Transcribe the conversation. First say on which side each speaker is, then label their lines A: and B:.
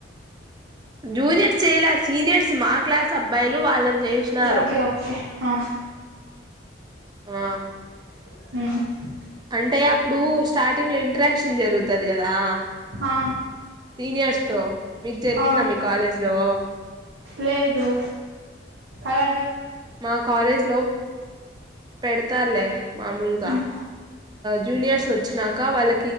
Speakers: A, on the right; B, on the right.
A: జూనియర్స్ చేయలా సీనియర్స్ మా క్లాస్ అబ్బాయిలు వాళ్ళని చేసినారు
B: ఓకే ఓకే ఆ
A: ఆ
B: మ్
A: అంటే అప్పుడు స్టార్టింగ్ లో ఇంట్రాక్షన్ జరుగుతది కదా
B: ఆ
A: సీనియర్స్ తో మీకు జరిగిందా
B: ఆ
A: మీ కాలేజ్ లో
B: లేదు అలా
A: మా కాలేజ్ లో పెడతారులే మామూలుగా
B: ఉమ్
A: జూనియర్స్ వచ్చినక వాళ్ళ